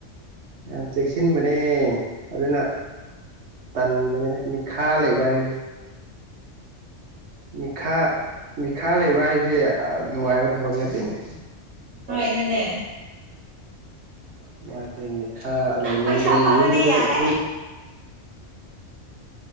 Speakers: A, on the right; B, on the right.
A: ꯌꯥꯝ ꯆꯦꯛꯁꯤꯟꯕꯅꯦ ꯑꯗꯨꯅ ꯇꯟꯕꯅꯤꯅ ꯃꯤꯈꯥ ꯂꯩꯕ ꯍꯥꯏꯁꯦ ꯃꯤꯈꯥ ꯃꯤ ꯈꯥ ꯂꯩꯕ ꯍꯥꯏꯁꯦ ꯅꯨꯡꯉꯥꯏꯕ ꯊꯕꯛ ꯅꯠꯇꯦꯅꯦ
B: ꯍꯅꯦꯅꯦ
A: ꯃꯥ ꯃꯤꯈꯥ ꯂꯩꯅꯤꯡꯗ꯭ꯔꯦ
B: ꯄꯩꯁꯥ ꯐꯪꯔꯗꯤ
A: ꯌꯨꯝꯗ
B: ꯌꯥꯔꯦ
A: ꯌꯨꯝ